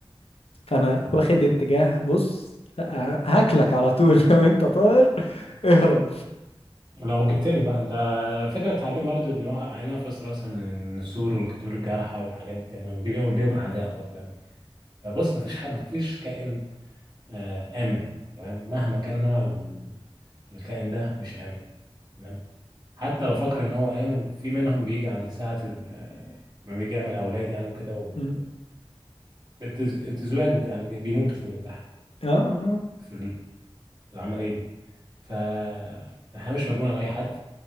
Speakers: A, on the left; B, on the right.
A: فأنا
B: اه
A: واخد اتجاه بص ه- هاكلك على طول <laughs> لو أنت طائر اهرب
B: لو جبتني بقى انت فكرة التعليم برضو ان هو انا في راسها من النسور والكتور الجارحة والحاجات دي انا ليهم ليهم
A: م-
B: اعداء برضو يعني فبص مفيش ح- مفيش كائن آه امن تمام مهما كان نوع ال- الكائن ده مش امن تمام حتى لو فكر ان هو امن في منهم بيجي عند ساعة ال- آه، لما بيجي يعمل اولاد يعني وكده و-
A: م-
B: التز- التزواج وكده يعني بي- بيموتوا في ال-
A: آه
B: في العمليه دي فالحياه مش مضمونه لاي حد